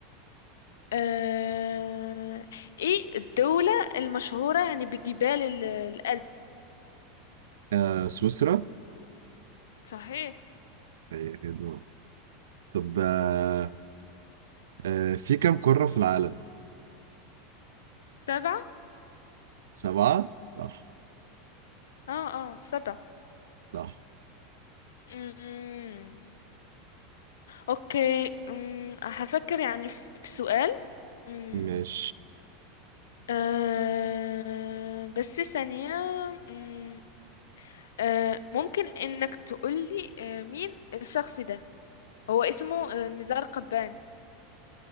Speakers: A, on the left; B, on the right.
A: آه... ايه الدولة المشهورة يعني بجبال ال- الألب
B: آه سويسرا
A: صحيح
B: هي كده طب آه آه في كم قارة في العالم؟
A: سبعة
B: سبعة صح
A: اه اه سبعة
B: صح
A: أمم، اوكي أمم، هفكر يعني في في سؤال أمم،
B: مش
A: آه... بس ثانية أمم، آه... ممكن انك تقولي آه... مين الشخص ده هو اسمه آه، نزار قباني